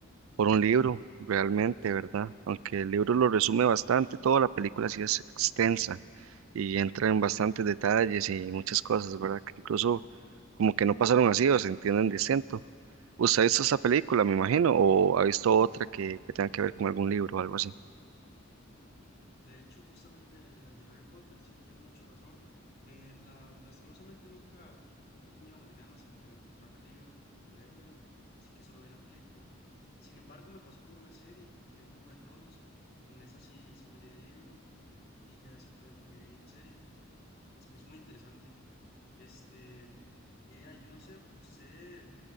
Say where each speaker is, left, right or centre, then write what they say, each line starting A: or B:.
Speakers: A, on the right (about 75°); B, on the left (about 50°).
A: por un libro, realmente, ¿verdad? Aunque el libro lo resume bastante, toda la película sí es extensa y entra en bastantes detalles y muchas cosas, ¿verdad? Que incluso como que no pasaron así o se entienden distinto. ¿Usted ha visto esta película, me imagino, o ha visto otra que, que tenga que ver con algún libro o algo así?
B: De hecho, justamente las de Harry Potter, sí, tiene mucho razón. Eh, la, lastimosamente nunca, nunca he tenido las ganas como de comprarme el libro, leérmelo, así que solo vi la película. Sin embargo, me pasó con una serie, que es Juego de Tronos. Con esa sí, sí me leí el libro y ya después me vi la serie. Se me hizo muy interesante. Este, y ah, yo no sé, usted,